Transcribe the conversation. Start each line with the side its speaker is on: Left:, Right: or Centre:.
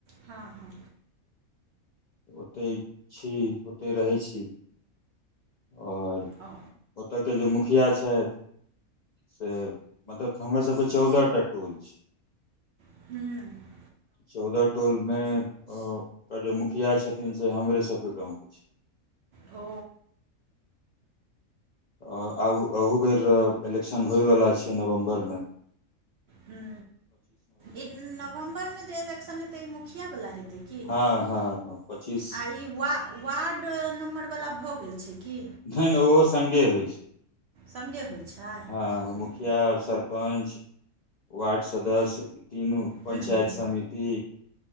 Right: ह ह
Left: ओतहि छी ओतहि रहै छी हा और
Right: हँ।
Left: ओत के जे मुखिया छथिन। सऽ मतलब हमर सभ के चौदह टा टोल छै।
Right: हा
Left: चौदह टोलमे के जे मुखिया छथिन से हमरे सभ के गाँव के छैय
Right: ओ।
Left: आ आब अहू बेर इलेक्शन होयवला छैय नवम्बर में
Right: ह इ नवम्बर में जे इलेक्शन हेतै मुखियावला हेतै की
Left: हा ह ह पच्चीस
Right: आ ई वा वार्ड नम्बरवला भऽ गेल छै। कि
Left: नहि नहि ओहो सगे होइ छै।
Right: सङ्गे होइ छै
Left: हँ
Right: हूँ
Left: मुखिया सरपंच वार्ड सदस्य तीनू पञ्चायत
Right: हूँ
Left: समिति